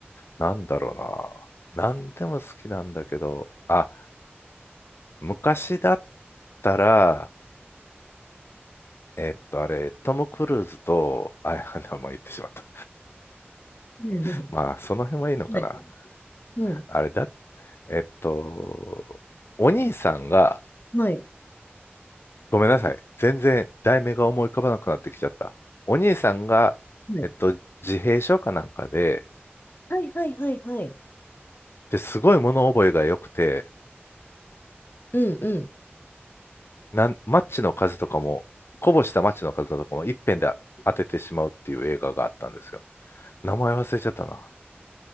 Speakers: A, on the left; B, on the left.
A: なんだろうな。なんでも好きなんだけど、あ、昔だったら、えっと、あれ、トム・クルーズと、あ、<laughs> 名前言ってしまった。
B: うん
A: <laughs> まあ、その辺はいいのかな。
B: はい。うん。
A: あれだ、えっと、お兄さんが、
B: はい。
A: ごめんなさい。全然題名が思い浮かばなくなってきちゃった。お兄さんが、
B: は
A: えっと、自閉症かなんかで、
B: い。はい。はい。はい。はい。
A: で、すごい物覚えが良くて、
B: うん。うん。
A: なん、マッチの数とかも、こぼしたマッチの数とかも一遍で当ててしまうっていう映画があったんですよ。名前忘れちゃったな。